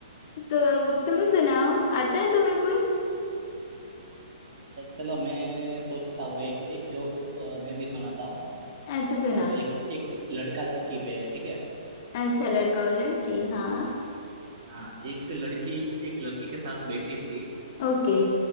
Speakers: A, on the left (about 35°); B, on the right (about 40°).
A: तो अब तुम सुनाओ आता है तुम्हें कोई
B: चलो मैं सोचता हूँ एक एक जोक्स मैं भी सुनाता हूँ
A: अच्छा सुनाओ
B: अ, एक एक लड़का लड़की पे है ठीक है
A: अच्छा लड़का और लड़की हाँ
B: हाँ एक लड़की एक लड़की के साथ बैठी थी
A: ओके